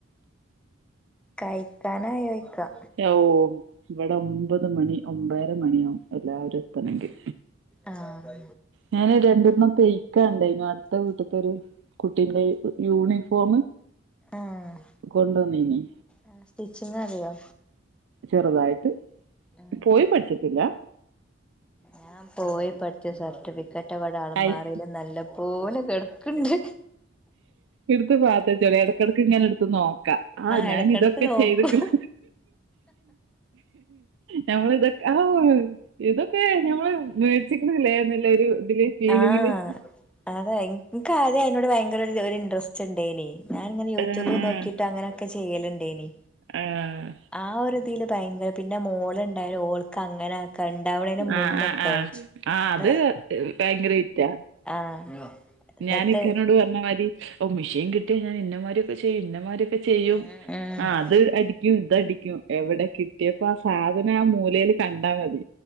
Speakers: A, in the centre; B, on the right (about 65°).
A: കഴിക്കാനയോയിക്കാ
B: ഓ ഇവിടെ ഒമ്പത് മണി ഒമ്പര മണിയാവും എല്ലാവരും എത്തണങ്കിൽ
A: ആഹ്
B: ഞാന് രണ്ടെണ്ണം തയ്ക്കാണ്ടായിന്നു അടുത്ത വീട്ടത്തെരു കുട്ടിന്റെ യൂണിഫോം
A: ആഹ്
B: കൊണ്ടന്നീനി
A: ആഹ് സ്റ്റിച്ചിങ്റിയോ
B: ചെറുതായിട്ട്
A: ആഹ്
B: പോയി പഠിച്ചിട്ടില്ല
A: ഞൻ പോയി പഠിച്ചു സർട്ടിഫി ക്കറ്റ് വട ആളമാറീൽ
B: ഐസ്
A: നല്ല പോലെ കടക്കണ്ട്
B: എടുത്ത് പാത്തച്ചളി ഇടക്കിടക്ക് ഇങ്ങനേ ഇടുത്ത് നോക്കാ ആഹ് ഞാൻ
A: ഇടക്കിടക്ക്
B: ഇതൊക്കെ
A: നോക്കും
B: ചെയ്തിക്ക്ണ് നമ്മള് ഇതൊ ഔ ഇതൊക്കെ ഞമ്മള് വെടിചിക്കണല്ലൊ ലെ ഒരു ഇതില് ഫീലിങ്ങില്
A: ആഹ് അതെ എനക്ക് ആദ്യം അതിനോട് ഭയങ്കര ര് ഇൻറസ്റ്റ് ഉണ്ടയ്നി ഞാന ഇങ്ങനെ യൂട്യൂബ്
B: ആഹ്
A: നോക്കിട്ട് അങ്ങനെയൊക്കെ ചെയ്യല്ണ്ടേനി
B: ആഹ്
A: ആ ഒരു ഇതിൽ ഭയങ്കര പിന്നെ മോളുണ്ടായാല ഓൾക്ക് അങ്ങനെ ക ഇണ്ടാവണീന്റെ മുന്നട്ടോ
B: ആഹ് ആഹ് ആഹ് ആഹ്
A: നമ്മള്
B: അത് ഭയങ്കര വിറ്റാ
A: ആഹ് എന്നിട്ട്
B: ഞാന ഇക്കനോട് പറഞ്ഞ മാരി ഓ മെഷീൻ കിട്ടിയാ ഞാൻ ഇന്നമാരിയൊക്കെ ചെയ്യും ഇന്നമാരിയൊക്കെ ചെയ്യും.
A: ഉം ഉം
B: ആഹ് അത് അടിക്കും ഇതടിക്കും എവിടെ കിട്ടിയപ്പോ ആ സാധനം ആ മൂലേല് കണ്ടാൽ മതി.